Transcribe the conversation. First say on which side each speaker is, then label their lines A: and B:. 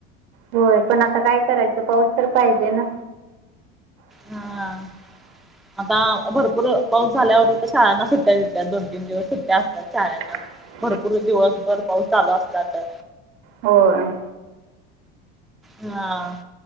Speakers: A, on the right (about 85°); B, in the centre.
A: होय पण आता काय करायचं पाऊस तर पाहिजे ना. <inaudible>
B: हा. आता भरपूर पाऊस झाल्यावर शाळांना सुट्ट्या देतात दोन तीन दिवस सुट्ट्या असतात.
A: ह.
B: भरपूर दिवसभर पाऊस चालू असला तर
A: होय.
B: हां.